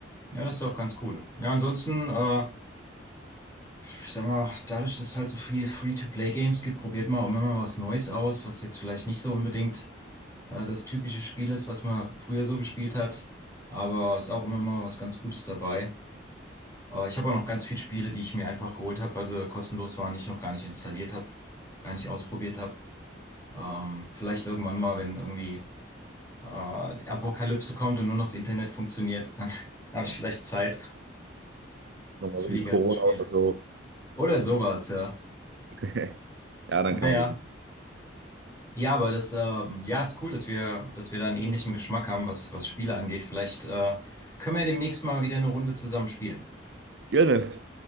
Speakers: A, on the left; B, on the right.
A: ja, das ist doch ganz cool. Ja, ansonsten, äh, ich sag mal, dadurch, dass es halt so viel Free-to-Play-Games gibt, probiert man auch immer mal was Neues aus, was jetzt vielleicht nicht so unbedingt äh, das typische Spiel ist, was man früher so gespielt hat. Aber ist auch immer mal was ganz Gutes dabei. Äh, ich habe auch noch ganz viele Spiele, die ich mir einfach geholt habe, weil sie kostenlos waren, ich noch gar nicht installiert habe, gar nicht ausprobiert habe. Ähm, vielleicht irgendwann mal, wenn irgendwie äh, die Apokalypse kommt und nur noch das Internet funktioniert, dann <laughs> habe ich vielleicht Zeit
B: Nochmal
A: für
B: wegen
A: die ganzen
B: Corona
A: Spiele.
B: oder so.
A: Oder sowas, ja.
B: <laughs> Ja, dann
A: Naja.
B: kann man ein bisschen.
A: Ja, aber das, ähm, ja, ist cool, dass wir, dass wir da einen ähnlichen Geschmack haben, was, was Spiele angeht. Vielleicht, äh, können wir ja demnächst mal wieder eine Runde zusammen spielen.
B: Gerne.